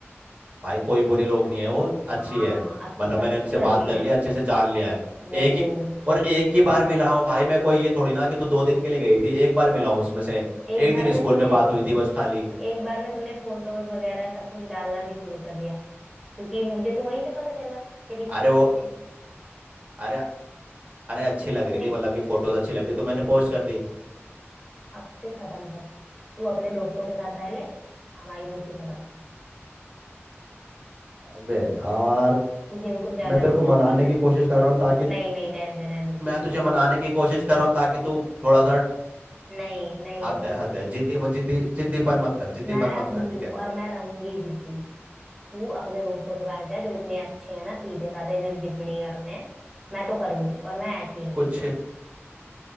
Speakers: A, on the right; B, in the centre.
A: भाई कोई बुरे लोग नहीं है वो अच्छी
B: हाँ
A: है
B: अब तो
A: मतलब
B: वो
A: मैंने
B: अच्छी
A: उनसे
B: बन
A: बात
B: गई
A: कर लिया
B: ना
A: अच्छे से जान लिया है
B: वो
A: एक ही और एक ही बार मिला हूँ भाई मैं कोई ये थोड़ी ना कि तू दो दिन के लिए गई थी एक बार मिला हूँ उसमें से
B: एक
A: एक
B: बार
A: दिन
B: में
A: स्कूल
B: तूने
A: में बात हुई थी बस खाली
B: एक बार में तूने फोटोज वगैरह सब कुछ डालना भी शुरू कर दिया क्योंकि मुझे तो वहीं से पता चला तेरी
A: अरे
B: स्टोरी
A: वो
B: से
A: अरे अरे अच्छी लग
B: तूने
A: रही थी मतलब कि फोटोज अच्छी लग रही तो मैंने पोस्ट कर दी
B: अब से खत्म सब तू अपने दोस्तों के साथ रह ले हमारी दोस्ती खत्म
A: अबे यार
B: तुझे वो कुछ ज्यादा
A: मैं तेरे
B: अच्छी
A: को मनाने
B: लग गई ना
A: की कोशिश कर रहा हूँ ताकि
B: नहीं नहीं रहने दे रहने दे तू
A: मैं तुझे मनाने की कोशिश कर रहा हूँ ताकि तू थोड़ा सा
B: नहीं नहीं
A: हद है हद है जिद्दी जिद्दी जिद्दीपन मत कर जिद्दीपन
B: मैं
A: मत
B: हूं
A: कर ठीक है
B: और मैं रहूंगी जिद्दी तू अपने दोस्तों के पास जा जो इतने अच्छे हैं ना सीधे साधे जो जिद नहीं करते हैं मैं तो करूंगी और मैं ऐसी ही रहूंगी
A: कुछ